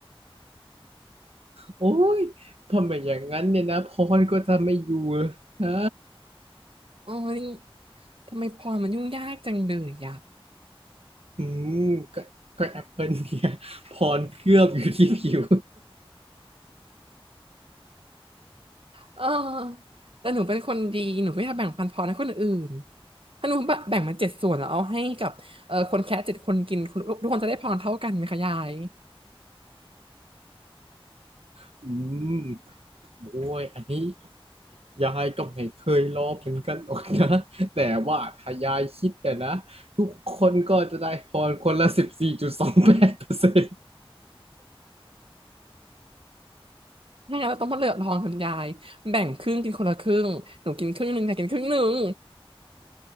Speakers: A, on the right; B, on the right.
A: โอ้ยทำไมอย่างนั้นเนี่ยนะพรก็จะไม่อยู่นะ
B: ๆ <laughs> โอ้ย ทำไมพรมันยุ่งยากจังเลยอ่ะ
A: อืมก็ก็แอปเปิลเนี่ย <laughs> พรเคลือบอยู่ที่ผิว
B: เออแต่หนูเป็นคนดี หนูไม่ทำแบ่งปันพรให้คนอื่นถ้าหนูแบแบ่งมันเจ็ดส่วนแล้วเอาให้กับเอ่อคนแค่เจ็ดคนกินคนทุกคนจะได้พรเท่ากันไหมคะยาย
A: <laughs> อืมโอ้ยอันนี้ยายก็ไม่เคยรอเหมือนกันหรอกนะ <laughs> แต่ว่าถ้ายายคิดเนี่ยนะทุกคนก็จะได้พรคนละสิบสี่จุดสองแปดเปอร์เซ็นต์
B: ถ้างั้นเราต้องมาเลือกพรคนยายแบ่งครึ่งกินคนละครึ่งหนูกินครึ่งหนึ่งยายกินครึ่งหนึ่ง